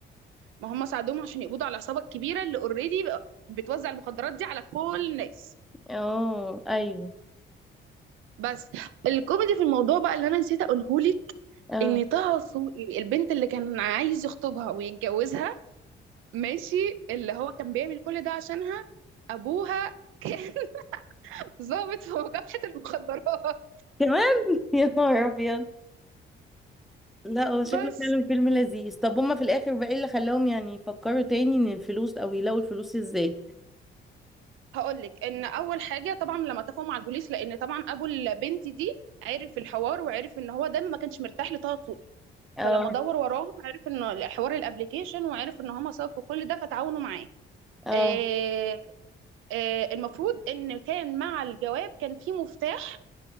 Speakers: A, on the right; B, in the centre.
A: ما هم ساعدوهم عشان يقبضوا على العصابه الكبيره اللي اوريدي بتوزع المخدرات دي على كل الناس
B: اه ايوه
A: بس الكوميدي في الموضوع بقى اللي انا نسيت اقوله لك
B: اه
A: ان طه السوقي البنت اللي كان عايز يخطبها ويتجوزها ماشي اللي هو كان بيعمل كل ده عشانها ابوها كان <laughs> ضابط في مكافحه المخدرات
B: كمان <laughs> يا نهار ابيض لا هو شكله
A: بس
B: فعلا فيلم لذيذ طب هما في الاخر بقى ايه اللي خلاهم يعني يفكروا تاني ان الفلوس او يلاقوا الفلوس ازاي
A: هقول لك ان اول حاجه طبعا لما اتفقوا مع البوليس لان طبعا ابو البنت دي عرف الحوار وعرف ان هو دايما ما كانش مرتاح لطه
B: اه
A: فلما دور وراهم عرف ان حوار الابليكيشن وعرف ان هم سبب في كل ده فتعاونوا معاه
B: اه
A: آه، آه، المفروض ان كان مع الجواب كان في مفتاح